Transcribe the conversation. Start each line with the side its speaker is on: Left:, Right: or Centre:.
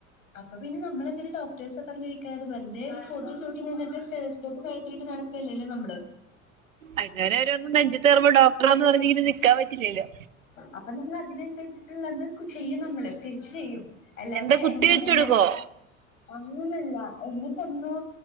Left: അപ്പൊ പിന്നെ നമ്മളെങ്ങനെ ഡോക്ടെയ്സ പറഞ്ഞിരിക്കുന്നത് വെറുതെ കോട്ടും സൂട്ടും തന്നിട്ട് സ്റ്റേത് ചോപ്പ് കഴുത്തിലിട്ട് നടക്കല്ലല്ലോ നമ്മള്
Right: അങ്ങനെ ഓരോന്ന് നെഞ്ചത്ത് കേറുമ്പോ ഡോക്ടറാ പറഞ്ഞിങ്ങനെ നിക്കാൻ പറ്റില്ലല്ലോ
Left: അപ്പൊ നമ്മള് അതിനനുസരിച്ചിട്ടുള്ളത് ചെയ്യും നമ്മള് തിരിച്ച് ചെയ്യും അല്ലാതെ
Right: എന്താ കുത്തി
Left: എന്നും
Right: വെച്ച്
Left: എന്നെ
Right: കൊടുക്കോ
Left: അങ്ങനല്ല എന്നെക്കൊന്നു